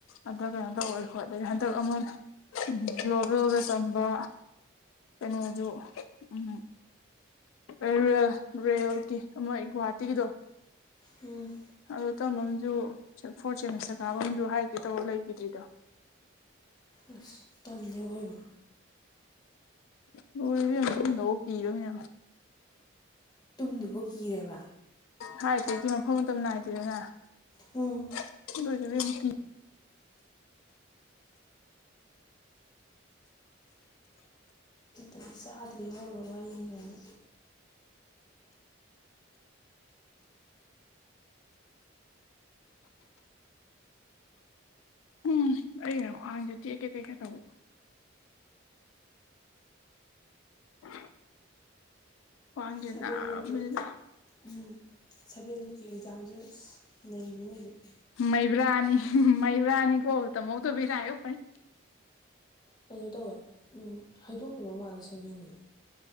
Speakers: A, on the left; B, on the left.
A: ꯑꯗ ꯀꯩꯅꯣ ꯇꯧꯋꯦ ꯈꯣꯠꯂꯦ ꯍꯟꯗꯛ ꯑꯃ ꯒ꯭ꯂꯣꯕꯦꯜꯗ ꯇꯝꯕ ꯀꯩꯅꯣꯖꯨ ꯎꯝ ꯔꯨꯔꯦꯜ ꯔꯨꯔꯦꯜꯒꯤ ꯑꯃ ꯑꯩ ꯒꯨꯋꯥꯍꯥꯇꯤꯒꯤꯗꯣ
B: ꯎꯝ
A: ꯑꯗ ꯇꯝꯕ ꯑꯃꯖꯨ ꯐꯣꯔ ꯁꯦꯃꯤꯁꯇꯔ ꯀꯥꯕ ꯑꯃꯖꯨ ꯍ꯭ꯔꯥꯠ ꯑꯦꯇꯦꯛ ꯇꯧꯔ ꯂꯩꯒ꯭ꯔꯤꯗꯤꯗꯣ
B: ꯑꯁ ꯇꯟꯂꯦ ꯑꯑꯣꯏꯕ
A: ꯂꯣꯏꯔꯦ ꯏꯕꯦꯝꯃꯥ ꯇꯨꯝꯗꯧ ꯕꯧꯛ ꯀꯤꯕ ꯑꯃ ꯌꯥꯎꯔꯦ
B: ꯇꯨꯝꯗꯨꯕꯧ ꯀꯤꯔꯦꯕ
A: ꯍ꯭ꯔꯥꯠ ꯑꯦꯇꯦꯛꯇꯤ ꯃꯐꯝ ꯃꯇꯝ ꯅꯥꯏꯗꯦꯗꯅ
B: ꯎꯝ
A: <unintelligible>
B: ꯖꯨꯠ ꯆꯥꯗ꯭ꯔ‌ꯦ ꯑꯑꯣꯏꯕ ꯋꯥꯔꯤꯅꯤ ꯒꯥꯏꯅ
A: ꯎꯝ ꯑꯩꯅ ꯈ꯭ꯋꯥꯡꯖꯦ ꯇꯦꯛꯀꯦ ꯇꯦꯛꯀꯦ ꯇꯧꯕ <inaudible> ꯈ꯭ꯋꯥꯡꯁꯦ
B: ꯁꯕꯦꯟ
A: ꯅꯥꯕꯁꯤꯗ
B: ꯅꯤꯇ‌ꯦ ꯎꯝ ꯁꯚꯦꯟ ꯅꯤꯠꯀꯤ ꯑꯦꯛꯖꯥꯝꯖ‌ꯦ ꯑꯁ ꯅꯩꯕꯤꯅꯤ ꯍꯧꯖꯤꯛ
A: ꯃꯩꯕ꯭ꯔꯥꯅꯤ ꯃꯩꯕ꯭ꯔꯥꯅꯤꯀꯣ ꯇꯥꯝꯍꯧ ꯗꯕ ꯏꯔꯥꯏꯕꯛ ꯐꯩ
B: ꯀꯩꯅꯣ ꯇꯧꯋꯦ ꯎꯝ ꯍꯥꯏꯗꯣꯛꯈ꯭ꯔꯕ ꯃꯥꯜꯂꯦ ꯁꯚꯦꯟꯒꯤ